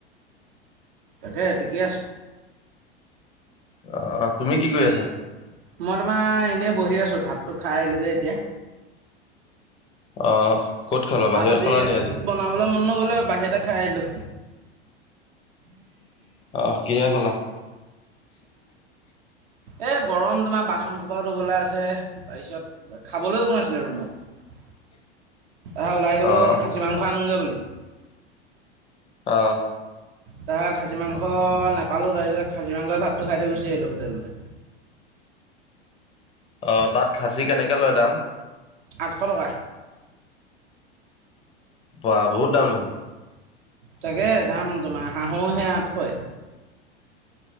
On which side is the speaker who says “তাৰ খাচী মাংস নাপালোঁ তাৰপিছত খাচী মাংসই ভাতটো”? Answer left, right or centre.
Right